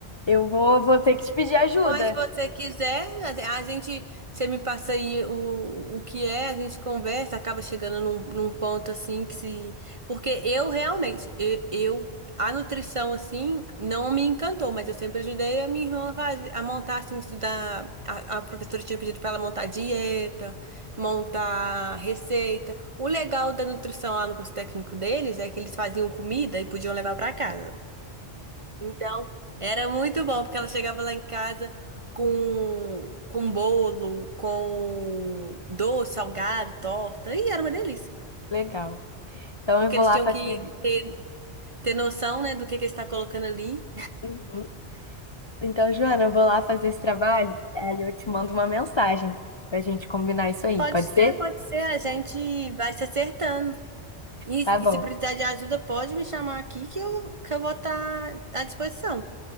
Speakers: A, on the left; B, on the right.
A: Eu vou, vou ter que te pedir ajuda.
B: Mas se você quiser, a a gente, você me passa aí o, o que é, a gente conversa, acaba chegando num, num ponto assim que se. Porque eu realmente, eu, eu- a nutrição assim não me encantou, mas eu sempre ajudei a minha irmã a, fazer- a montar, assim, estudar. A, a professora tinha pedido pra ela montar dieta, montar receita. O legal da nutrição lá no curso técnico deles é que eles faziam comida e podiam levar pra casa. Então, era muito bom, porque ela chegava lá em casa com, com bolo, com doce, salgado, torta, e era uma delícia.
A: Legal. Então
B: Porque
A: eu vou
B: eles
A: lá
B: tinham
A: fazer.
B: que ter, ter noção, né, do que que está colocando ali.
A: Uhum. Então, Joana, eu vou lá fazer esse trabalho, aí eu te mando uma mensagem pra gente combinar isso aí,
B: Pode
A: pode
B: ser,
A: ser?
B: pode ser, a gente vai se acertando. E,
A: Tá bom.
B: e se precisar de ajuda, pode me chamar aqui que eu, que eu vou estar à disposição.